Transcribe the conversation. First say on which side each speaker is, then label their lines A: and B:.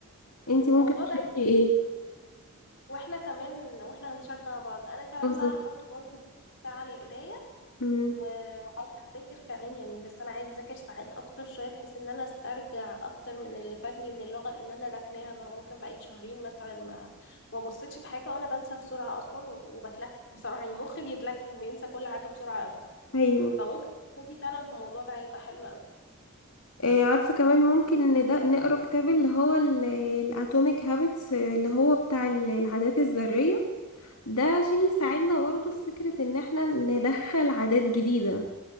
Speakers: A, on the left; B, on the left.
A: انتي ممكن
B: الموضوع
A: تحطي
B: ده
A: ايه؟
B: واحنا كمان واحنا هنشجع بعض انا كمان
A: بالظبط
B: بقى هحط برضه ساعه للقرايه
A: أمم.
B: و- وعايزة أذاكر كمان يعني بس أنا عايزة أذاكر ساعات أكتر شوية بحيث إن أنا أسترجع أكتر من اللي فاتني من اللغة لأن أنا راكناها بقى ممكن بقالي شهرين مثلا ما ما بصيتش في حاجة وأنا بنسى بسرعة أصلا وبتلك بصراحة يعني مخي بيتلك بينسى كل حاجة بسرعة أوي
A: ايوه
B: فممكن تبتدي فعلا في الموضوع ده هيبقى حلو أوي
A: آه، عارفة كمان ممكن إن ده نقرا كتاب اللي هو الاتوميك هابتس اللي هو بتاع ال- العادات الذرية ده عشان يساعدنا برضه في فكرة ان احنا ندخل عادات جديدة